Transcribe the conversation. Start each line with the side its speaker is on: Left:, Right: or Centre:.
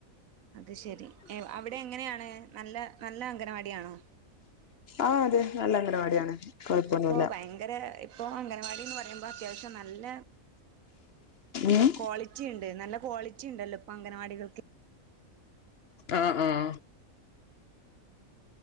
Right: അത് ശരി, അവിടെ എങ്ങനെയാണ് നല്ല നല്ല അംഗനവാടിയാണോ
Left: ആഹ് അതെ നല്ല അംഗനവാടിയാണ് കൊഴപ്പൊന്നുല്ല
Right: പ്പൊ ഭയങ്കര ഇപ്പോ അംഗൻവാടിന്ന് പറയുമ്പോ അത്യാവശ്യം നല്ല
Left: ഉം
Right: ക്വാളി റ്റിണ്ട് നല്ല ക്വാളിറ്റിണ്ടല്ലോ പ്പഅംഗനവാടികൾക്ക്
Left: ആഹ് ആഹ്